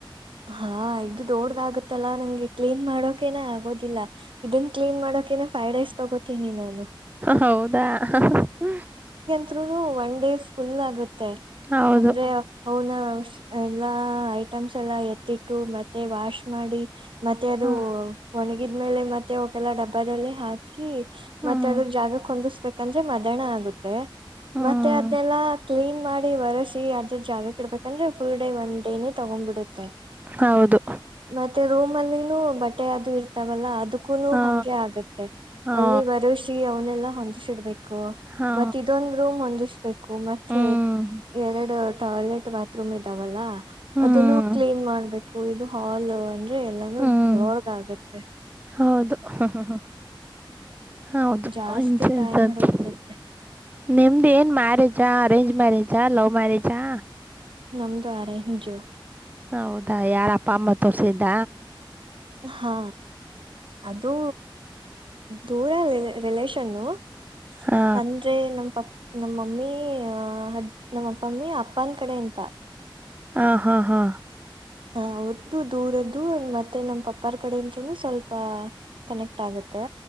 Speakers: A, on the right (about 70°); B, on the right (about 20°).
A: ಹಾ ಇದು ದೊಡ್ದಾಗತ್ತಲ್ಲಾ ನಂಗೆ ಕ್ಲೀನ್ ಮಾಡೋಕೇನೆ ಆಗೋದಿಲ್ಲ. ಇದನ್ ಕ್ಲೀನ್ ಮಾಡೋಕೆನೆ ಫೈವ್ ಡೇಸ್ ತೊಗೋತೀನಿ ನಾನು.
B: ಹೌದಾ ಹ ಹ.
A: ತ್ರೂ ಒನ್ ಡೇಸ್ ಫುಲ್ ಆಗುತ್ತೆ
B: ಹೌದು
A: ಅಂದ್ರೆ ಅವುನ ಎಲ್ಲಾ ಐಟಮ್ಸ್ ಎಲ್ಲ ಎತ್ತಿಟ್ಟು ಮತ್ತೆ ವಾಶ್ ಮಾಡಿ ಮತ್ತೆ ಅದು
B: ಹ್ಮ್
A: ಒಣಗಿದ್ಮೇಲೆ ಮತ್ತೆ ಅವಕೆಲ್ಲ ಡಬ್ಬದಲ್ಲಿ ಹಾಕಿ
B: ಹ್ಮ್
A: ಮತ್ತೆ ಅದ್ರ್ ಜಾಗಕ್ ಹೊಂದಿಸ್ಬೇಕಂದ್ರೆ ಮದ್ಯಾಣ ಆಗುತ್ತೆ.
B: ಹ್ಮ್
A: ಮತ್ತೆ ಅದ್ನೆಲ್ಲಾ ಕ್ಲೀನ್ ಮಾಡಿ ಒರೆಸಿ ಅದ್ರ ಜಾಗ ಇಡ್ಬೇಕಂದ್ರೆ ಫುಲ್ ಡೇ ಒನ್ ಡೇನೇ ತಗೊಂಡ್ಬಿಡುತ್ತೆ. ತ್ತ
B: ಹೌದು
A: ಮತ್ತೆ ರೂಮ್ ಅಲ್ಲಿನೂ ಬಟ್ಟೆ ಅದು ಇರ್ತಾವಲ್ಲ ಅದಕ್ಕೂನು
B: ಹಾ
A: ಹಂಗೆ ಆಗತ್ತೆ.
B: ಹಾ
A: ಅಲ್ಲಿ ಒರೋಸಿ ಅವನೆಲ್ಲಾ ಹೊಂದಸಿಡ್ಬೇಕು
B: ಹಾ
A: ಮತ್ ಇದೊಂದ್ ರೂಮ್ ಹೊಂದಿಸ್ಬೇಕು ಮತ್. ಮತ್ತೆ
B: ಹ್ಮ್
A: ಎರಡು ಟಾಯ್ಲೆಟ್ ಬಾತ್ರೂಮ್ ಇದಾವಲ್ಲ
B: ಹ್ಮ್
A: ಅದನ್ನು. ಮಾಡಬೇಕು ಇದು ಹಾಲ್ ಅಂದ್ರೆ ಎಲ್ಲಾನು
B: ಹ್ಮ್
A: ದೊಡ್ಗ್ ಆಗತ್ತೆ.
B: ಹೌದು ಹ ಹ. ಹೌದು
A: ಜಾಸ್ತಿ
B: <unintelligible>
A: ಟೈಮ್ ಹಿಡದ್ ಬಿಡುತ್ತೆ
B: ನಿಮ್ದೇನ್ ಮ್ಯಾರೇಜಾ ಅರೇಂಜ್ ಮ್ಯಾರೇಜಾ ಲವ್ ಮ್ಯಾರೇಜಾ?
A: ನಮ್ದು ಆರೆಂಜು.
B: ಹೌದಾ ಯಾರಪ್ಪ ಅಮ್ಮ ತೋರ್ಸಿದ್ದ?
A: ಹಾ ಅದೂ ದೂರ ರಿಲ್ ರಿಲೇಷನ್ನು ಅಂ
B: ಹಾ
A: ಅಂದ್ರೆ ನಮ್ಮ್ ಪ ನಮ್ಮಮ್ಮಿ ಅದ್ ನಮ್ಮ ಅಪ್ಪಮ್ಮಿ ಅಪ್ಪನ್ ಕಡೆ ಅಂತ.
B: ಆ ಹಾ ಹಾ
A: ಹ ಅವ್ರ್ದು ದೂರದ್ದು ಮತ್ತೆ ನಮ್ಮ ಪಪ್ಪಾರ್ ಕಡೆ ಇಂದನೂ ಸ್ವಲ್ಪ ಕನೆಕ್ಟ್ ಆಗುತ್ತೆ.